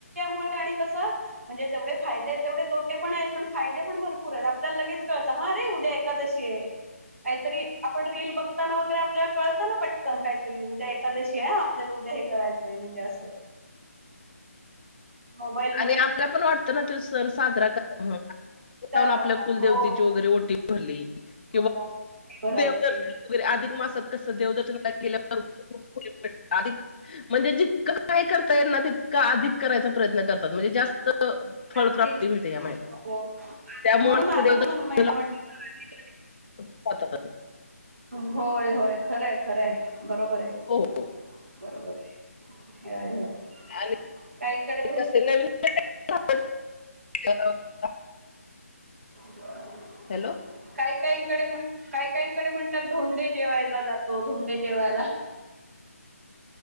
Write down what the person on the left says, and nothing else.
आणि आपल्या पण वाटतं ना तो सण साजरा करा.
जाऊन आपल्या कुलदेवतेची
वगैरे ओटी भरली किंवा
देवदर्शन. वगैरे अधिक मासात कस देवदर्शनाला गेल्यावर अधिक म्हणजे जितकं काय करता येल ना तितकं अधिक करायचा प्रयत्न करतात म्हणजे जास्त फळ
प्राप्ती भेटे या मह्यात
त्यामुळे
दे
प <unintelligible>
हो हो
आणि
कसं आहे, <unintelligible>
हॅलो